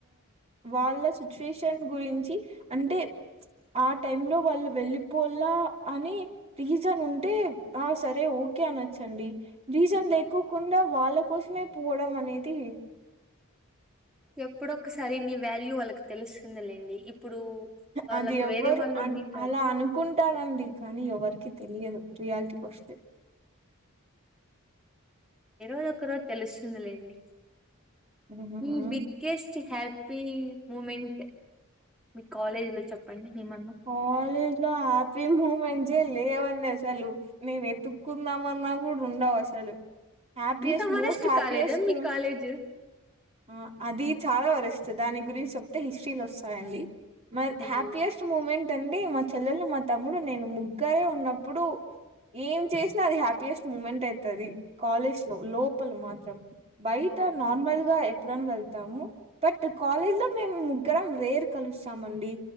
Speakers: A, on the right; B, in the centre.
A: వాళ్ళ సిచ్యుయేషన్ గురించి అంటే ఆ టైమ్ లో వాళ్ళు వెళ్ళిపోల అని రీజన్ ఉంటే ఆ సరే ఓకే అనచ్చ, చండి. రీజన్
B: అవును.
A: లేకోకుండా వాళ్ళ కుష్మే పోవడమనేది
B: ఎప్పుడొ ఒకసారి నీ వాల్యూ వాళ్ళకి తెలుస్తుందిలేండి. ఇప్పుడు వాళ్ళకు
A: అది ఎవ్వరు
B: వేరే వాళ్ళు
A: అ
B: ఉండింటారు
A: అలా అనుకుంటారండి కానీ ఎవరికి తెలియదు రియాలిటీకి వస్తే.
B: ఏ రోజు ఒక రోజు తెలుస్తుందిలేండి.
A: ఉహుహు.
B: మీ బిగ్గెస్ట్ ంచి హ్యాపీ మూమెంట్ మీ కాలేజీ లో చెప్పండి. ఏమన్నా
A: కాలేజ్ లో హ్యాపీ మూమెంట్సే లేవండి అసలు నేను ఎతుక్కుందామన్నా కూడా ఉండవు అసలు. హ్యాపీయెస్ట్
B: అంత వరస్ట్
A: మోస్ట్ హ్యాపీయెస్ట్
B: కాలేజా మీ కాలేజ్
A: ఆ అది చాలా వరస్ట్. దాని గురించి చెప్తే హిస్టరీలు వస్తాయండి. మరి
B: అయ్యయ్యో
A: హ్యాపీయెస్ట్ మూమెంట్ అండి మా చెల్లెలు, మా తమ్ముడు, నేను ముగ్గరే ఉన్నప్పుడు ఏం చేసినా అది హ్యాపీయెస్ట్ మూమెంట్ అయితది కాలేజ్ లో లోపల మాత్రం. బయట
B: ఓకే
A: నార్మల్
B: ఓకే
A: గా ఎప్పుడనా వెళ్ తము. బట్ కాలేజ్ లో మేము ముగ్గురం రేరు కలుస్తామండి.